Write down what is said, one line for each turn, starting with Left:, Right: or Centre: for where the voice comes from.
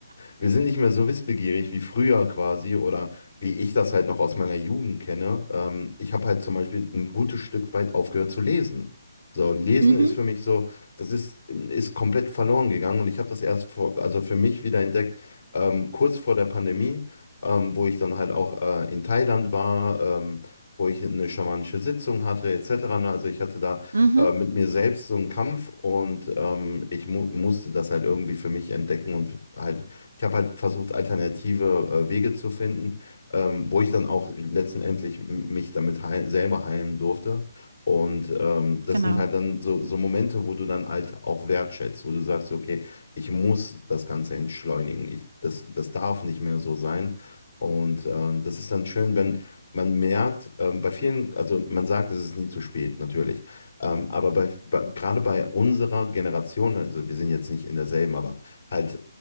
Left: Wir sind nicht mehr so wissbegierig wie früher quasi oder wie ich das halt noch aus meiner Jugend kenne. Ähm, ich habe halt zum Beispiel ein gutes Stück weit aufgehört zu lesen. So, Lesen
Right: Mhm.
Left: ist für mich so, das ist, ist komplett verloren gegangen und ich habe das erst vor, also für mich wieder entdeckt, ähm, kurz vor der Pandemie, ähm, wo ich dann halt auch äh, in Thailand war, ähm, wo ich eine schamanische Sitzung hatte, etc. ne? Also ich hatte da
Right: Mhm.
Left: äh, mit mir selbst so einen Kampf und ähm, ich mu musste das halt irgendwie für mich entdecken und halt, ich habe halt versucht, alternative äh, Wege zu finden, ähm, wo ich dann auch letztendlich m- mich damit heil selber heilen durfte. Und ähm, das
Right: Genau.
Left: sind halt dann so, so Momente, wo du dann halt auch wertschätzt, wo du sagst, okay, ich muss das Ganze entschleunigen, ich, das, das darf nicht mehr so sein. Und ähm, das ist dann schön, wenn man merkt, ähm, bei vielen, also man sagt, es ist nie zu spät, natürlich. Ähm, aber bei, bei, gerade bei unserer Generation, also wir sind jetzt nicht in derselben, aber halt